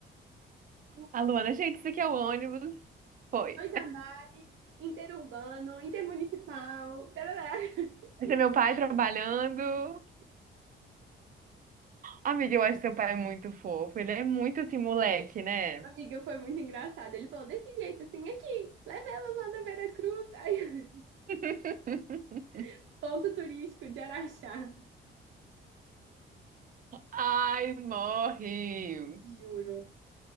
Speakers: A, on the right; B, on the right.
A: A Luana, gente, isso aqui é o ônibus. Foi.
B: dois andares, interurbano, intermunicipal, tarará. <laughs>
A: Esse é meu pai trabalhando. Amiga, eu acho seu pai muito fofo. Ele é muito assim, moleque, né?
B: Amiga, foi muito engraçado. Ele falou desse jeito, assim, aqui, leva elas lá na Vera Cruz. Aí,
A: <laughs>
B: <laughs> ponto turístico de Araxá.
A: Ai, morre.
B: Juro,